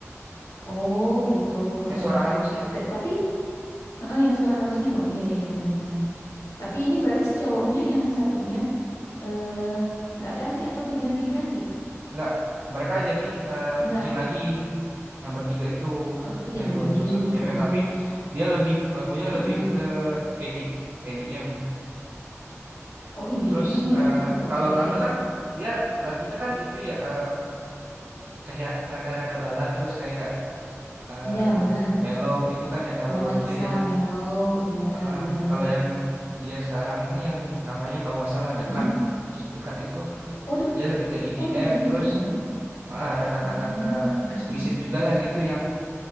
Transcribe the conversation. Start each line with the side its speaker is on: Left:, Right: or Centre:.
Left: oh gitu, heeh.
Right: yang suara halusnya
Left: T- Tapi heeh yang suara halusnya. Oh iya iya iya benar-benar. Tapi ini berarti si cowoknya yang satunya eh nggak ganti atau diganti-ganti?
Right: nggak mereka jadi eh,
Left: Enggak.
Right: bikin lagi yang bertiga itu
Left: Oh, bikin
Right: yang
Left: lagi.
Right: dua cowok satu cewek
Left: Oh,
Right: tapi dia lebih lagunya
Left: heeh.
Right: lebih ke ED, EDM
Left: Oh, IDM.
Right: terus eh,
Left: Oh, oke.
Right: kalau
Left: Mm.
Right: tangga kan dia lagunya kan itu ya eh, kayak rada-rada bala terus kayak eh
Left: Iya, benar.
Right: mellow gitu kan ya kalau
Left: Romansa
Right: dia yang
Left: Mellow. Iya,
Right: ah
Left: benar.
Right: kalau yang dia sekarang ini yang namanya kalau nggak salah dekat
Left: Mm.
Right: musik dekat itu
Left: Oh, dekat.
Right: dia lebih ke EDM
Left: Oh, diganti
Right: terus
Left: nama.
Right: heeh, ada kata-kata
Left: Heeh, IDM.
Right: eksplisit juga lah gitu yang